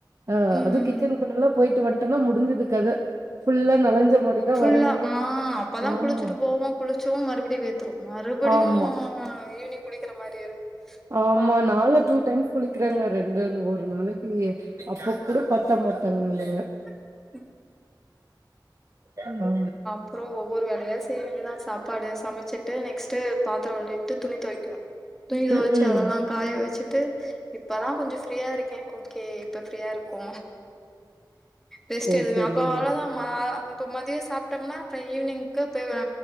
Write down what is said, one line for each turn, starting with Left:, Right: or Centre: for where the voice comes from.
Right: அ
Centre: ம்
Right: அது
Centre: ம்
Right: கிச்சனுக்குள்ளல்லா போயிட்டு வந்ட்டனா முடிஞ்சுது கத ஃபுல்லா நலஞ்ச மாரி தான்
Centre: ஃபுல்லா
Right: வரணுமே.
Centre: ஆ அப்பதா
Right: ஆமா,
Centre: குளிச்சுட்டு போவோ குளிச்சவு மறுபடியு வேத்துரு மறுபடியூ
Right: ஆமா,
Centre: ஈவினிங் குளிக்கற மாரி இருக்கு
Right: ஆமா
Centre: ப்பா
Right: நானு டூ டைம்ஸ் குளிக்கறாங்க ரெண்டுன்னு ஒரு நாளைக்கு அப்ப கூட பத்த மாட்டேங்குதுங்க
Centre: ம்
Right: ஹலோ
Centre: அப்றோ ஒவ்வொரு வேலயா செய்ய வேண்டியதா சாப்பாடு சமச்சிட்டு நெக்ஸ்டு பாத்ரோ வெளக்கிட்டு துணி தொவை <unintelligible> துணி தொவச்சு
Right: ம், ம்.
Centre: அதலா காய வச்சுட்டு இப்பதா கொஞ்சோ ஃப்ரீயா இருக்கே ஓக்கே இப்ப ஃப்ரீயா இருக்கோ ரெஸ்ட்
Right: சேரி
Centre: எடுக்கலா
Right: சேரிங்க
Centre: அப்ப அவ்ளோதா ம அப்ப மதியோ சாப்ட்டோம்னா அப்பறோ ஈவினிங்க்கு போய்